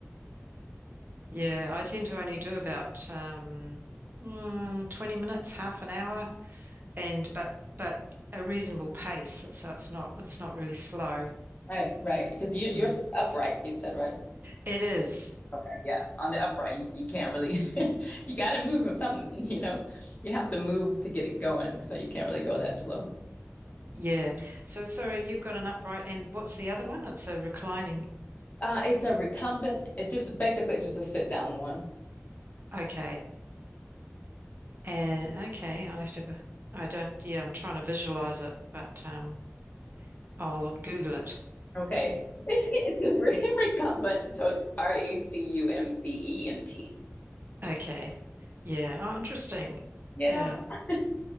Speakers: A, on the right; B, on the left.
A: Yeah, I tend to only do about um, mm, 20 minutes, half an hour, and but but a reasonable pace, so it's not it's not really slow.
B: Right, right. Because you, yours
A: Mm.
B: is upright, you said, right?
A: It is.
B: Okay, yeah. On the upright, you, you can't really, <laughs> you got to move with something, you know. You have to move to get it going, so you can't really go that slow.
A: Yeah. So sorry, you've got an upright and what's the other one? It's a reclining.
B: Uh, it's a recumbent. It's just basically it's just a sit down one.
A: Okay. And okay, I'll have to have a I don't yeah, I'm trying to visualize it, but um I'll Google it.
B: Okay. <laughs> It's just re- recumbent. So R E C U M B E N T.
A: Okay. Yeah. Oh, interesting.
B: Yeah.
A: Yeah.
B: <laughs>